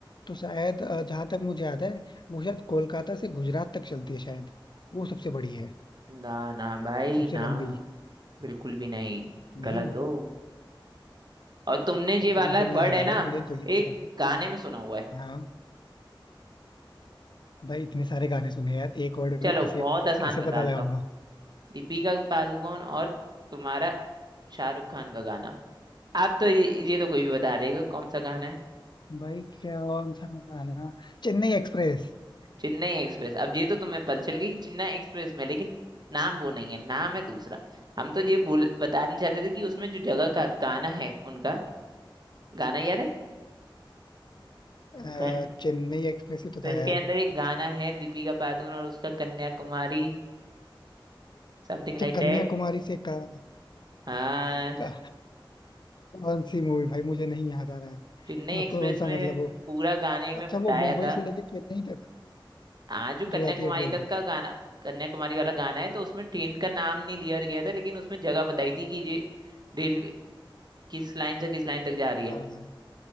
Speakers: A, on the left; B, on the right.
A: तो शायद अ, जहाँ तक मुझे याद है वो शायद कोलकाता से गुजरात तक चलती है शायद वो सबसे बड़ी है
B: ना ना भाई
A: सबसे
B: ना
A: लंबी
B: बिल्कुल भी नहीं
A: नहीं
B: गलत हो और तुमने ये
A: तब
B: वाला
A: तो मुझे नहीं
B: वर्ड
A: याद
B: है
A: आ
B: ना
A: रहा मुझे जो ये
B: एक
A: पता था
B: गाने में सुना हुआ है
A: हाँ भाई इतने सारे गाने सुने यार एक वर्ड
B: चलो
A: में कैसे
B: बहुत आसान
A: कैसे
B: बता
A: पता लगाऊंगा
B: देता हूँ दीपिका पादुकोण और तुम्हारा शाहरुख खान का गाना आप तो ये ये तो कोई भी बता देगा कौन सा गाना है
A: भाई क्या कौन सा गाना चेन्नई एक्सप्रेस
B: चेन्नई एक्सप्रेस अब ये तो तुम्हें पता चल गया कि चेन्नई एक्सप्रेस में लेकिन नाम वो नहीं है नाम है दूसरा हम तो ये बोल बताना चाहते थे कि उसमें जो जगह का गाना है उनका गाना याद है
A: अ,
B: घन
A: चेन्नई एक्सप्रेस ही तो
B: तो इसके
A: था यार
B: अंदर एक गाना है दीपिका पादुकोण और उसका कन्याकुमारी समथिंग
A: अच्छा
B: लाइक दैट
A: कन्याकुमारी से का,
B: हाँ
A: का, कौन सी मूवी भाई मुझे नहीं याद आ रहा है
B: चेन्नई
A: मैं
B: एक्सप्रेस
A: कौन सा
B: में
A: मतलब वो
B: पूरा गाने
A: अच्छा
B: में बताया
A: वो मुंबई
B: था
A: से लेके चेन्नई तक
B: हाँ जो
A: जो
B: कन्याकुमारी
A: जाती है ट्रेन
B: तक का गाना कन्याकुमारी वाला गाना है तो उसमें ट्रेन का नाम नहीं लिया गया था लेकिन उसमें जगह बताई थी कि ये रेलवे किस लाइन से किस लाइन तक जा रही है
A: हाँ